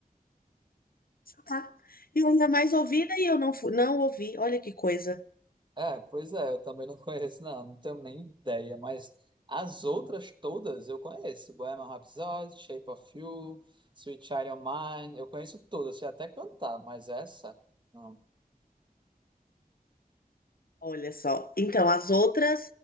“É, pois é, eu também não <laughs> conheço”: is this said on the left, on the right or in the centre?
Right